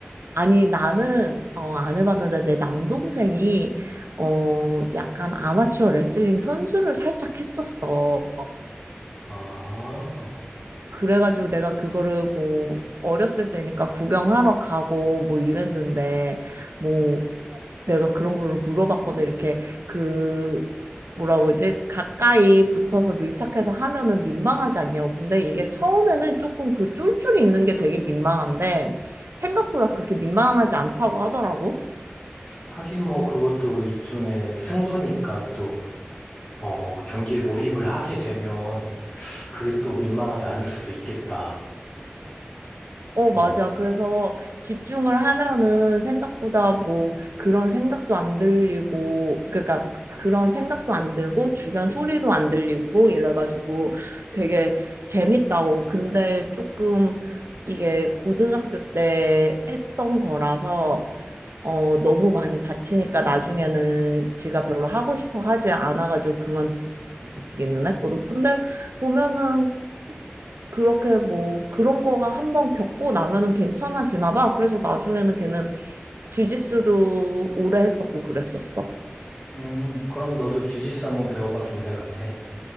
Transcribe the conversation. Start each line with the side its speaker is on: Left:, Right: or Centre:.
Right: 아니, 나는, 어, 안 해봤는데, 내 남동생이, 어, 약간 아마추어 레슬링 선수를 살짝 했었어.
Left: 아,
Right: 그래가지고 내가 그거를 뭐, 어렸을 때니까 구경하러 가고 뭐 이랬는데, 뭐, 내가 그런 걸 물어봤거든. 이렇게 그, 뭐라고 그러지? 가까이 붙어서 밀착해서 하면은 민망하지 않냐고. 근데 이게 처음에는 조금 그 쫄쫄이 입는 게 되게 민망한데, 생각보다 그렇게 민망하지 않다고 하더라고.
Left: 하긴 뭐 그것도 일종의 승부니까 또, 어, 경기에 몰입을 하게 되면 그게 또 민망하지 않을 수도 있겠다.
Right: 어,
Left: 어,
Right: 맞아. 그래서 집중을 하면은 생각보다 뭐 그런 생각도 안 들리고, 그러니까 그런 생각도 안 들고, 주변 소리도 안 들리고 이래가지고 되게 재밌다고. 근데 조금 이게 고등학교 때 했던 거라서, 어, 너무 많이 다치니까 나중에는 지가 별로 하고 싶어 하지 않아가지고 그만두기는 했거든. 근데 보면은 그렇게 뭐 그런 거가 한번 겪고 나면은 괜찮아지나 봐. 그래서 나중에는 걔는 주짓수도 오래 했었고 그랬었어.
Left: 음, 그럼 너도 주짓수 한번 배워봐, 동생한테.